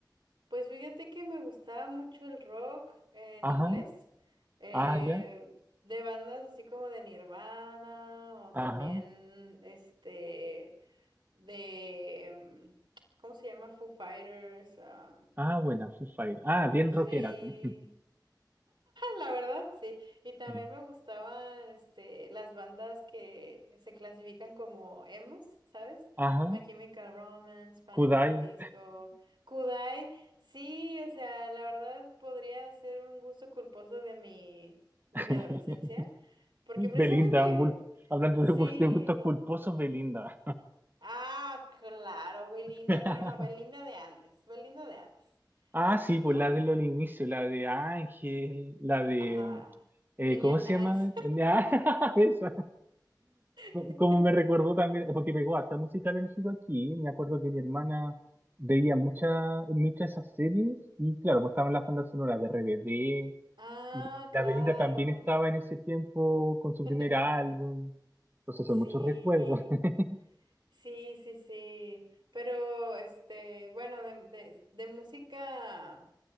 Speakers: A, on the right; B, on the right.
A: Pues fíjate que me gustaba mucho el rock en
B: Ajá,
A: inglés, eh,
B: ah, ya,
A: de bandas así como de Nirvana o
B: ajá,
A: también este de, mm, ¿cómo se llama? Foo Fighters. am,
B: ah, buena, Foo Fighters. Ah, bien
A: sí.
B: rockera tú.
A: La verdad, sí. Y también
B: <laughs>
A: me gustaban este, las bandas que se clasifican como emos, ¿sabes?
B: Ajá,
A: My Chemical Romance, Panic
B: Kudai,
A: at the Disco, Kudai. Sí, o sea, la verdad podría ser un gusto culposo de mi, de
B: <laughs>
A: mi adolescencia, porque
B: Belinda,
A: precisamente,
B: un gul- hablando
A: sí.
B: de, gust- de gustos culposos, Belinda.
A: Ah, claro, Belinda,
B: <laughs>
A: pero no, Belinda de antes, Belinda de antes,
B: Ah, sí,
A: ¿no?
B: pues la de los inicios, la de Ángel, la de...
A: Ajá,
B: eh,
A: niña
B: ¿cómo
A: nice.
B: se llama? <laughs> Ah, <laughs> esa.
A: <laughs>
B: Como me recordó también, porque pegó harta música México aquí, me acuerdo que mi hermana veía mucha, muchas esas series y claro, pues estaban las bandas sonoras de RBD
A: Ah,
B: y la
A: claro.
B: Belinda también estaba en ese tiempo con su
A: <laughs>
B: primer álbum, entonces
A: Sí,
B: son muchos recuerdos. <laughs>
A: sí, sí, sí. Pero, este, bueno, de, de, de música